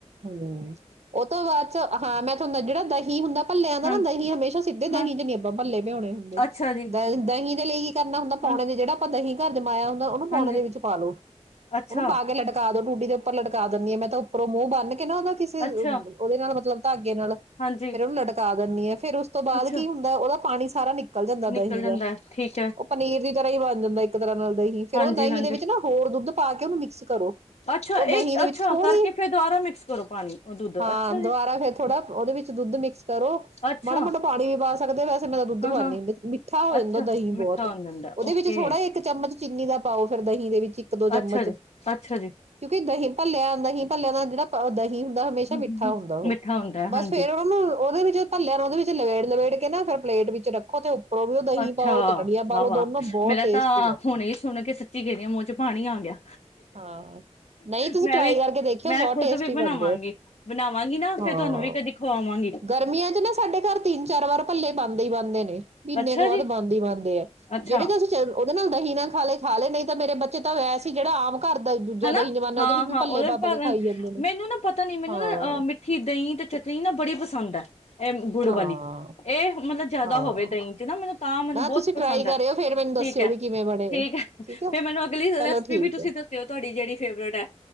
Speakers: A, on the right; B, on the left.
A: ਹੂੰ ਉਹ ਤੋਂ ਬਾਅਦ 'ਚ ਹਾਂ ਮੈਂ ਤੁਹਾਨੂੰ ਜਿਹੜਾ ਦਹੀਂ ਹੁੰਦਾ ਭੱਲਿਆਂ ਦਾ
B: ਹਾਂਜੀ
A: ਨਾ ਦਹੀਂ ਹਮੇਸ਼ਾ ਸਿੱਧੇ
B: ਹਾਂ
A: ਦਹੀਂ 'ਚ ਨੀ ਆਪਾਂ ਭੱਲੇ ਭਿਉਣੇ ਹੁੰਦੇ।
B: ਅੱਛਾ
A: <unintelligible>
B: ਜੀ
A: ਦਹੀਂ <unintelligible> ਲਈ ਕਰਨਾ ਹੁੰਦਾ ਪਾਉਣੇ
B: ਹਾਂ
A: ਦੇ ਜਿਹੜਾ ਆਪਾਂ ਦਹੀਂ ਘਰ ਜਮਾਇਆ ਹੁੰ ਦਾ ਉਹਨੂੰ ਪਾਉਣੇ
B: ਹਾਂਜੀ
A: ਦੇ ਵਿੱਚ ਪਾ ਲੋੋ।
B: ਅੱਛਾ
A: ਉਹਨੂੰ ਪਾ ਕੇ ਲਟਕਾ ਦੋ ਟੂਟੀ ਦੇ ਉੱਪਰ ਲਟਕਾ ਦਿੰਨੀ ਹਾਂ ਮੈਂ ਤਾਂ ਉੱਪਰੋਂ ਮੂੰਹ ਬੰਨ ਕੇ ਨਾ ਉਹਦਾ ਕਿਸੇ
B: ਅੱਛਾ
A: ਉਹਦੇ ਨਾਲ ਮਤਲਬ ਨਲ਼ਕੇ ਨਾ,
B: ਹਾਂਜੀ
A: ਫਿਰ ਉਹਨੂੰ ਲਟਕਾ ਦਿੰਨੀ ਆ। ਫੇਰ ਉਸ ਤੋਂ ਬਾਅਦ
B: ਅੱਛਾ
A: ਕੀ ਹੁੰਦਾ ਉਹਦਾ ਪਾਣੀ ਸਾਰਾ ਨਿਕਲ ਜਾਂਦਾ
B: ਨਿਕਲ
A: ਦਹੀਂ
B: ਜਾਂਦਾ
A: ਦਾ,
B: ਹੈ ਠੀਕ ਹੈ
A: ਉਹ ਪਨੀਰ ਦੀ ਤਰ੍ਹਾਂ ਹੀ ਬਣ ਜਾਂਦਾ ਇੱਕ ਤਰ੍ਹਾਂ ਨਾਲ ਦਹੀਂ ਫੇਰ
B: ਹਾਂਜੀ
A: ਉਹ ਦਹੀਂ
B: ਹਾਂਜੀ
A: ਦੇ ਵਿੱਚ ਨਾ ਹੋਰ ਦੁੱਧ ਪਾ ਕੇ ਉਹਨੂੰ ਮਿਕਸ ਕਰੋ
B: ਅੱਛਾ
A: ਉਹ
B: ਇਹ
A: ਦਹੀਂ ਦੇ
B: ਅੱਛਾ
A: ਵਿੱਚ ਥੋੜ੍ਹੀ
B: ਕਰਕੇ ਫੇਰ ਦੁਬਾਰਾ ਮਿਕਸ ਕਰੋ ਪਾਣੀ ਉਹ ਦੁੱਧ
A: ਹਾਂ
B: ਅੱਛਾ ਜੀ
A: ਦੁਬਾਰਾ ਫੇਰ ਥੋੜ੍ਹਾ ਉਹਦੇ ਵਿੱਚ ਦੁੱਧ ਮਿਕਸ ਕਰੋ
B: ਅੱਛਾ
A: ਮਾੜਾ-ਮੋਟਾ ਪਾਣੀ ਵੀ ਪਾ ਸਕਦੇ ਵੈਸੇ ਮੈਂ ਤਾ ਦੁੱਧ
B: ਹਾਂ
A: ਪਾਨੀ
B: ਹਾਂ
A: ਹੁੰਨੀ ਮਿੱਠਾ ਹੋ
B: ਅੱਛਾ
A: ਜਾਂਦਾ ਦਹੀਂ
B: ਮਿੱਠਾ
A: ਬਹੁਤ।
B: ਹੋ ਜਾਂਦਾ
A: ਉਹਦੇ
B: ਓਕੇ
A: ਵਿੱਚ ਥੋੜ੍ਹਾ ਜਾ ਇੱਕ ਚਮਚ ਚੀਨੀ ਦਾ ਪਾਓ ਫਿਰ ਦਹੀਂ ਦੇ ਵਿੱਚ ਇੱਕ-ਦੋ ਚਮਚ,
B: ਅੱਛਾ ਜੀ ਅੱਛਾ ਜੀ
A: ਕਿਉਂਕਿ ਦਹੀਂ ਭੱਲਿਆਂ ਦਹੀਂ ਭੱਲਿਆਂ ਦਾ ਜਿਹੜਾ ਦਹੀਂ ਹੁੰਦਾ ਹਮੇਸ਼ਾ
B: ਹੂੰ
A: ਮਿੱਠਾ
B: ਹੂੰ ਹੂੰ,
A: ਹੁੰਦਾ ਉਹ,
B: ਮਿੱਠਾ ਹੁੰਦਾ ਹੈ, ਹਾਂਜੀ
A: ਬਸ ਫੇਰ ਉਹਨਾ ਨੂੰ ਉਹਦੇ ਵਿੱਚ ਭਲਿਆ ਨੂੰ ਉਹਦੇ ਵਿੱਚ ਲਵੇੜ-ਲਵੇੜ ਕੇ ਨਾ ਫ਼ਿਰ ਪਲੇਟ ਵਿੱਚ ਰੱਖੋ ਤੇ ਉੱਪਰੋਂ ਵੀ ਉਹ ਦਹੀਂ
B: ਅੱਛਾ
A: ਪਾਓ ਚਟਣੀਆਂ ਪਾ
B: ਵਾਹ-ਵਾਹ
A: ਲਓ ਦੋਨੋ ਬਹੁਤ
B: ਮੇਰਾ
A: ਟੇਸਟੀ
B: ਤਾਂ
A: ਬਣਦੇ
B: ਹੁਣੇ ਹੀ ਸੁਣ ਕੇ ਸੱਚੀ ਕਹਿ ਰਹੀ ਆ ਮੂੰਹ ਚ ਪਾਣੀ ਆ ਗਿਆ।
A: ਹਾਂ, ਨਹੀਂ ਤੁਸੀਂ
B: ਮੈਂ
A: ਟਰਾਈ
B: ਵੀ
A: ਕਰਕੇ ਦੇਖਿਓ
B: ਮੈਂ
A: ਬਹੁਤ
B: ਖੁਦ
A: ਟੇਸਟੀ
B: ਵੀ
A: ਬਣਦੇ
B: ਬਣਾਵਾਂਗੀ
A: ਆ।
B: ਬਣਾਵਾਂਗੀ ਨਾ ਫੇਰ
A: ਹਾਂ
B: ਤੁਹਾਨੂੰ ਵੀ ਕਦੀ ਖਵਾਵਾਂਗੀ
A: ਗਰਮੀਆਂ 'ਚ ਨਾ ਸਾਡੇ ਘਰ ਤਿੰਨ-ਚਾਰ ਵਾਰ ਭੱਲੇ ਬਣਦੇ ਹੀ ਬਣਦੇ ਨੇ।
B: ਅੱਛਾ
A: ਸਵਾਦ
B: ਜੀ
A: ਬਣਦੀ, ਬਣਦੀ ਹੈ
B: ਅੱਛਾ
A: ਜਿਹੜੇ ਤੁਸੀ ਉਹਦੇ ਨਾਲ ਦਹੀਂ ਨਾਲ ਖਾ ਲੇ। ਖਾ ਲੇ, ਨਹੀਂ ਤਾਂ ਮੇਰੇ ਬੱਚੇ ਤਾ ਵੈਸੇ ਹੀ ਜਿਹੜਾ ਆਮ- ਘਰ ਦਾ ਦੂਜਾ
B: ਹੈਨਾ
A: ਦਹੀਂ ਜਮਾਨਾ
B: ਹਾਂ-ਹਾਂ,
A: ਵਿੱਚ ਵੀ ਭੱਲੇ
B: ਉਹਦੇ
A: ਪਾ ਪਾ
B: ਕਾਰਨ
A: ਕੇ ਖਾਈ ਜਾਂਦੇ ਨੇ
B: ਮੈਨੂੰ ਨਾ ਪਤਾ ਨੀ ਮੈਨੂੰ
A: ਹਾਂ
B: ਨਾ ਮਿੱਠੀ ਦਹੀਂ ਤੇ ਚਟਨੀ ਨਾ ਬੜੀ ਪਸੰਦ ਹੈ। ਇਹ ਗੁੜ
A: ਹਾਂ
B: ਵਾਲੀ, ਇਹ ਮਤਲਬ ਜ਼ਿਆਦਾ
A: ਹਾਂ
B: ਹੋਵੇ ਦਹੀਂ ਚ ਨਾ ਮੈਨੂੰ ਤਾਂ ਮੈਨੂੰ
A: ਨਾ
B: ਬਹੁਤ
A: ਤੁਸੀਂ
B: ਪਸੰਦ
A: ਟਰਾਈ ਕਰਿਓ
B: ਹੈ
A: ਫੇਰ ਮੈਨੂੰ
B: ਠੀਕ
A: ਦੱਸਿਓ
B: ਹੈ,
A: ਵੀ ਕਿਵੇਂ ਬਣੇ
B: ਠੀਕ
A: ਆ
B: ਹੈ
A: ਠੀਕ
B: ਫੇਰ ਮੈਨੂੰ ਅਗਲੀ
A: ਚਲੋ
B: ਰੈਸਪੀ
A: ਠੀਕ
B: ਵੀ ਤੁਸੀਂ
A: ਹੈ
B: ਦੱਸੋ ਤੇ ਉਹ ਤੁਹਾਡੀ ਜਿਹੜੀ ਫੇਵਰੇਟ ਹੈ,